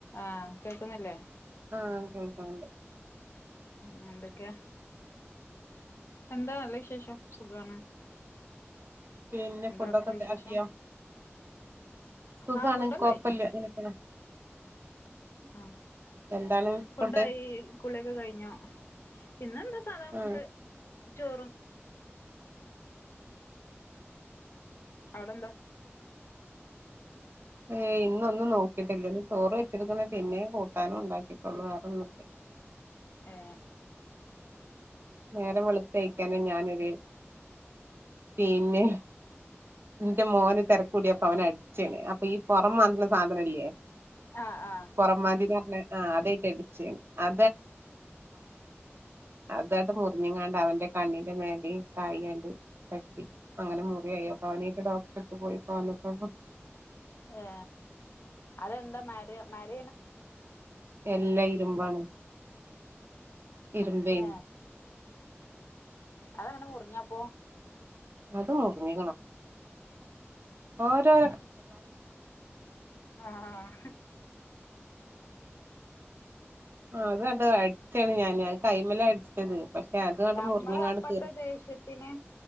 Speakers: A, on the left (about 60°); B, on the right (about 55°).
A: ആ കേൾക്കുന്നില്ലേ?
B: ആ കേൾക്ക്ണുണ്ട്
A: ഉം എന്തൊക്കെയ എന്താ നല്ല വിശേഷം. ഷം സുഖാണ്.
B: പിന്നെ
A: എന്താ
B: ഫുഡ്
A: അവിടുത്തെ
B: ഒക്കെ
A: വിശേഷം
B: ആക്കിയോ സുഖാണ്
A: ആ ഫുഡൊക്കെ
B: കുയ്പ്പില്ല
A: ആയി
B: ഉം
A: ആ
B: എന്താണ്
A: ഫുഡായി
B: ഫുഡ്
A: കുളിയൊക്കെ കഴിഞ്ഞോ? പിന്ന എന്താ സാധാ ഫുഡ്
B: ആഹ്
A: ചോ ഉം
B: ഹേയ് ഇന്നൊന്നും നോക്കിട്ടില്ല ഇന്ന് ചോറ് വെച്ചിടുക്കണ പിന്നെ കൂട്ടാനും ഉണ്ടാക്കിട്ടുള്ളൂ വേറൊന്നുല്ല.
A: ഏ
B: നേരം വെളുത്തഴക്കന്നെ ഞാനൊര് പിന്നെ ന്റെ മോന് തെരക്കൂടിയപ്പൊ അവനെ അടിച്ച് ഞാന് അപ്പൊ ഈ പൊറം മാത്ണ സാധനല്ലേ
A: ആ ആ
B: പൊറംമാ ആ അതയിട്ട് അടിച്ച് അ തായിട്ട് മുറിഞ്ഞങ്ങാണ്ട് അവന്റെ കണ്ണിന്റെ മേലിം തായിയായിട്ട് തട്ടി അങ്ങനെ മുറിയായി അപ്പൊ അവനേയിട്ട് ഡോക്ടർ എടുത്ത് പോയി ഇപ്പോ വന്നിട്ടുള്ളൂ.
A: ഏ അതെന്താ മര മര
B: എല്ലാ ഇരുമ്പാണ്. ഇര്ബേൻ
A: ഏ അതങ്ങനെ മുറിഞ്ഞപ്പോ
B: അത് മു ഓരോ
A: ഏ ആ ആ
B: ആ അതാണ്ട് അടിച്ചാണ് ഞാന് അത് കൈമേലാ അടിച്ചത് പക്ഷെ അതാണ്ട്
A: നമ്മള്
B: മുറിഞ്ഞങ്ങാണ്ട്
A: അപ്പത്തെ
B: തീർ
A: ദേഷ്യത്തിന്